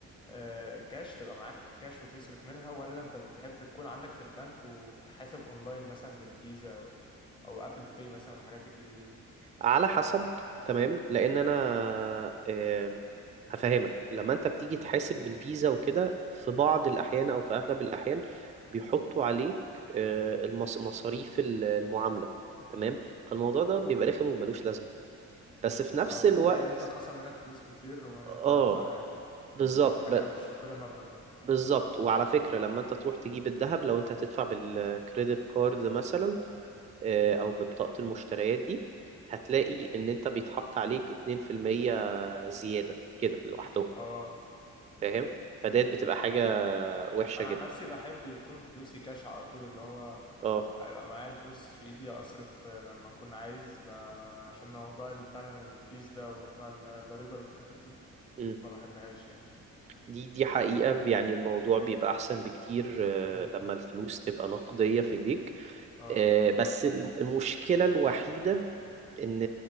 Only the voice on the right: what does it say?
على حسب تمام لان انا آم، هفهمك لما انت بتيجي تحاسب بالفيزا وكده في بعض الاحيان او في اغلب الاحيان بيحطوا عليك آه، المص- مصاريف ال- المعامله تمام فالموضوع ده بيبقى رخم وملوش لازمه بس في نفس
الوقت
اه
بالظبط
ب-
بالظبط وعلى فكره لما انت تروح تجيب الذهب لو انت هتدفع بالكريدت كارد مثلا آه، او ببطاقه المشتريات دي هتلاقي ان انت بيتحط عليك 2% زيادة كده لوحدهم
فاهم فديت بتبقى حاجة وحشة
جدا
اه
أمم.
دي دي حقيقة يعني الموضوع بيبقى أحسن بكتير آه،
لما الفلوس تبقى نقدية في إيديك
آه، بس الم- المشكلة الوحيدة إن